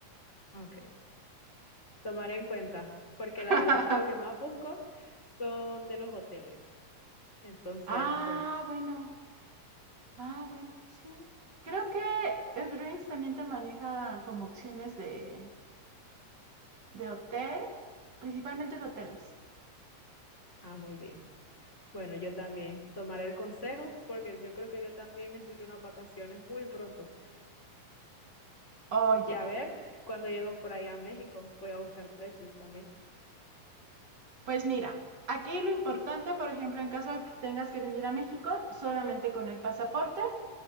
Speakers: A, on the left; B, on the right.
A: Ok, tomaré en cuenta, porque la
B: <laughs>
A: verdad es que lo que más busco son de los hoteles. Entonces,
B: ah,
A: pues,
B: bueno, Ah, bueno, sí. Creo que el Dreams también te maneja como opciones de, de hotel, principalmente de hoteles.
A: ah, muy bien. Bueno, yo también tomaré el consejo porque yo creo que yo también necesito unas vacaciones muy pronto.
B: Oh,
A: Y
B: ya.
A: a ver, cuando llego por allá a México, voy a buscar precios también.
B: Pues mira, aquí lo importante, por ejemplo, en caso de que tengas que venir a México, solamente con el pasaporte.